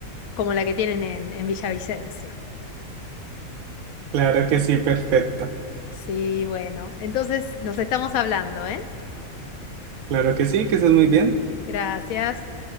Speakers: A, on the left; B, on the right.
A: como la que tienen en, en Villavicencio.
B: Claro que sí, perfecto.
A: Sí, bueno, entonces nos estamos hablando, ¿eh?
B: Claro que sí, que es muy bien.
A: Gracias.